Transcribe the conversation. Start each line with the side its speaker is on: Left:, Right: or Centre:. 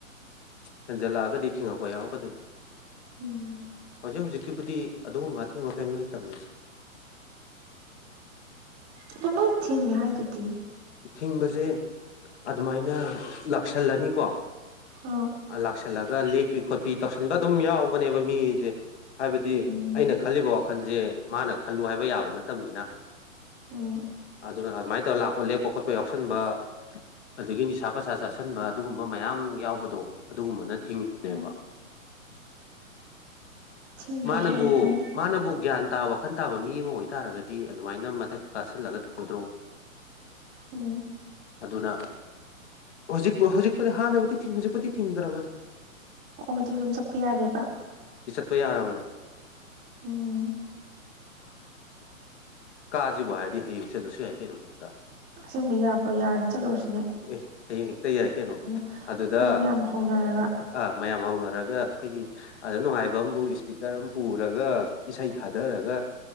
Left: ꯍꯦꯟꯖꯜꯂꯛꯑꯒꯗꯤ ꯊꯤꯡꯉꯛꯄ ꯌꯥꯎꯔꯛꯀꯗꯣꯏꯅꯤ
Right: ꯎꯝ
Left: ꯑꯩ ꯍꯧꯖꯤꯛꯀꯤꯕꯨꯗꯤ ꯑꯗꯨꯒꯨꯝꯕ ꯑꯊꯤꯡꯕ ꯀꯔꯤꯝꯇ ꯂꯩ ꯇꯝꯃꯤ
Right: ꯑꯗꯨ ꯃꯩ ꯊꯤꯟꯉꯦ ꯍꯥꯏꯗꯨꯗꯤ
Left: ꯊꯤꯡꯕꯁꯦ ꯑꯗꯨꯃꯥꯏꯅ ꯂꯥꯛꯁꯜꯂꯅꯤꯀꯣ
Right: ꯑꯥ
Left: ꯂꯥꯛꯁꯜꯂꯒ ꯂꯦꯛꯄꯤ ꯈꯣꯠꯄꯤ ꯇꯧꯁꯟꯕ ꯑꯗꯨꯝ ꯌꯥꯎꯕ ꯅꯦꯕ ꯃꯤꯁꯦ ꯍꯥꯏꯕꯗꯤ
Right: ꯎꯝ
Left: ꯑꯩꯅ ꯈꯜꯂꯤꯕ ꯋꯥꯈꯜ ꯈꯟꯁꯦ ꯃꯥꯅ ꯈꯜꯂꯨ ꯍꯥꯏꯕ ꯌꯥꯕ ꯅꯠꯇꯕꯅꯤꯅ
Right: ꯎꯝ
Left: ꯑꯗꯨꯅ ꯑꯗꯨꯃꯥꯏꯅ ꯇꯧꯔ ꯂꯥꯛꯄ ꯑꯣꯠ ꯂꯦꯛꯄ ꯈꯣꯠꯄ ꯌꯥꯎꯁꯟꯕ ꯑꯗꯒꯤ ꯅꯤꯁꯥ ꯄꯁꯥ ꯆꯥꯥꯁꯟꯕ ꯑꯗꯨꯒꯨꯝꯕ ꯃꯌꯥꯝ ꯌꯥꯎꯕꯗꯣ ꯑꯗꯨꯒꯨꯝꯕ ꯅꯠꯇꯦ ꯊꯤꯡꯕ
Right: ꯎꯝ ꯊꯤꯡꯗ꯭ꯔꯗꯤ
Left: ꯃꯥꯅꯕꯨ
Right: ꯑꯃꯨꯛꯇꯪ
Left: ꯃꯥꯅꯕꯨ ꯒ꯭ꯌꯥꯟ ꯋꯥꯈꯟ ꯇꯥꯕ ꯃꯤ ꯑꯃ ꯑꯣꯏꯇꯥꯥꯔꯒꯗꯤ ꯑꯗꯨꯃꯥꯏꯅ ꯃꯊꯛꯇ ꯀꯥꯁꯤꯜꯂꯒ ꯇꯧꯒꯗ꯭ꯔꯣ
Right: ꯎꯝ
Left: ꯑꯗꯨꯅ ꯍꯧꯖꯤꯛ ꯍꯧꯖꯤꯛꯄꯨꯗꯤ ꯍꯥꯟꯅꯕꯨꯗꯤ ꯍꯧꯖꯤꯛꯄꯨꯗꯤ ꯊꯤꯡꯗ꯭ꯔꯕꯅꯤ
Right: ꯑꯣ ꯍꯧꯖꯤꯛ ꯁꯨꯝ ꯆꯠꯄ ꯌꯥꯒꯦꯕ
Left: ꯄꯄ ꯌꯥꯔꯕꯅꯦ
Right: ꯎꯝ
Left: ꯀꯥꯁꯤꯕꯨ ꯍꯥꯏꯔꯗꯤ ꯍꯌꯦꯡ ꯆꯠꯂꯁꯨ ꯌꯥꯏ ꯀꯩꯅꯣ ꯍꯦꯛꯇ
Right: ꯑꯁꯦꯡꯕ ꯌꯥꯕ꯭ꯔꯣ ꯌꯥꯔꯅꯤ ꯆꯠꯂꯨꯔꯁꯤꯅꯦ
Left: ꯑꯦ ꯍꯌꯦꯡ ꯍꯦꯛꯇ ꯌꯥꯏ ꯀꯩꯅꯣ
Right: ꯑꯩꯈꯣꯏ
Left: ꯑꯗꯨꯗ
Right: ꯃꯌꯥꯝ ꯍꯧꯅꯔꯒ
Left: ꯑꯥ ꯃꯌꯥꯝ ꯍꯧꯅꯔꯒ ꯑꯩꯈꯣꯏꯒꯤ ꯑꯗꯨ ꯅꯨꯡꯉꯥꯏꯕ ꯑꯃꯕꯨ ꯏꯁꯄꯤꯀꯔ ꯑꯃ ꯄꯨꯔꯒ ꯏꯁꯩ ꯊꯥꯗꯔꯒ